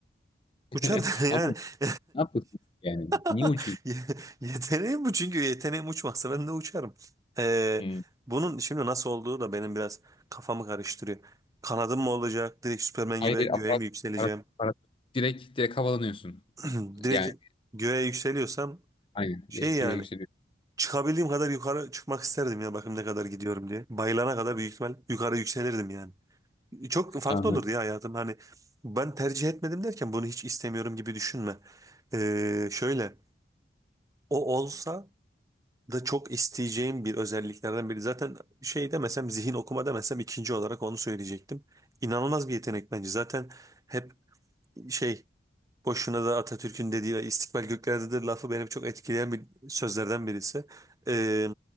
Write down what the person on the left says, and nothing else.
<laughs>
Ama
Ne yapıyorsun yani?
Niye uçuyorsun?
Hmm.
Hayır,
hayır,
aparat,
aparat, aparat. Direkt, direkt havalanıyorsun.
Yani
aynen.
Direkt
göğe yükseliyorsun.
Anladım.